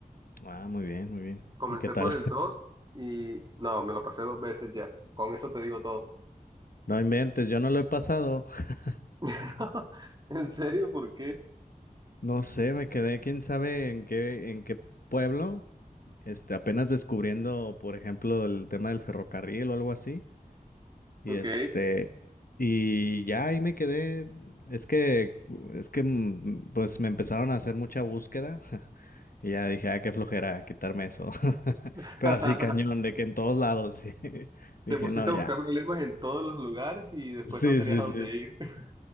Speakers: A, on the left (about 70°); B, on the right (about 30°).
A: Ah, muy bien, muy bien.
B: Comencé
A: ¿Y qué tal?
B: por el
A: <laughs>
B: 2 y no, me lo pasé dos veces ya, con eso te digo todo.
A: No inventes, yo no lo he pasado. <laughs>
B: <laughs> ¿En serio? ¿Por qué?
A: No sé, me quedé, quién sabe en qué, en qué pueblo. Este, apenas descubriendo, por ejemplo, el tema del ferrocarril o algo así. Y
B: Ok.
A: este, y ya ahí me quedé. Es que, es que, mm, pues me empezaron a hacer mucha búsqueda. <laughs> Y ya dije, ah, qué flojera quitarme eso. <laughs>
B: <laughs>
A: Pero así cañón, de que en todos lados, sí. <laughs> Dije,
B: Te pusiste
A: no,
B: a
A: ya.
B: buscar problemas en todos los lugares y después
A: Sí,
B: no tenías
A: sí,
B: a
A: sí.
B: dónde ir. <laughs>